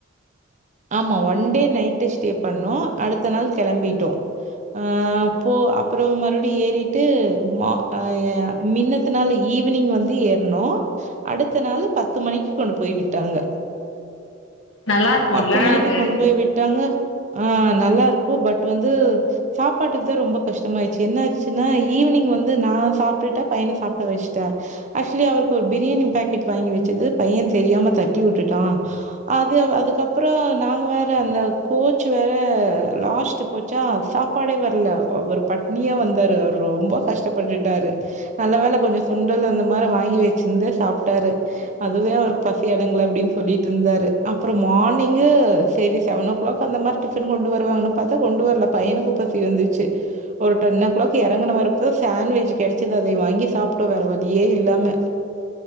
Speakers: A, on the right (about 35°); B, on the left (about 65°).
A: ஆமா ஒன் டே நைட்டு ஸ்டே பண்ணோ அடுத்த நாள் கெளம்பிட்டோ அ அப்போ அப்பறொ மறுபடி ஏறிட்டு மா மின்னத்தனாலு ஈவினிங் வந்து ஏற்னோ அடுத்த நாள் பத்து மணிக்கு கொண்டு போய் விட்டாங்க
B: நல்லா இருக்கும்ல
A: பத்து மணிக்கு
B: அது
A: கொண்டு போய் விட்டாங்க ஆ நல்லாருக்கு பட் வந்து சாப்பாட்டுக்கு தா ரொம்ப கஷ்டமாய்ச்சு என்ன ஆச்சுன்னா ஈவினிங் வந்து நா சாப்டுட்ட பையன சாப்ட வச் ட்ட ஆக்சுவலி அவருக்கு ஒரு பிரியாணி பாக்கெட் வாங்கி வச்சது பையன் தெரியாம தட்டி விட்டுட்டா அது அதுக்கப்பற நாங்க வேற அந்த கோச் வேற லாஸ்ட்டு போச்சா சாப்பாடே வர்ல அவரு பட்னியா வந்தாரு அவர் ரொம்ப கஷ்டப்பட்டுட்டாரு நல்ல வேல கொஞ்ச சுண்டல் அந்த மாரி வாங்கி வச்சிர்ந்து சாப்டாரு அதுவே அவருக்கு பசி அடங்கள அப்டின்னு சொல்லிட்ருந்தாரு அப்பறொ மார்னிங்கு சரி செவன் னொ கிளாக் அந்த மாரி டிஃபன் கொண்டு வருவாங்கன்னு பாத்தா கொண்டு வர்ல பையனுக்கு பசி வந்துச்சு ஒரு டென்னொ கிளாக் எறங்குன வறப்போ சண்வெஜ் கெடச்சது அதய வாங்கி சாப் ட வேற வழியே இல்லாம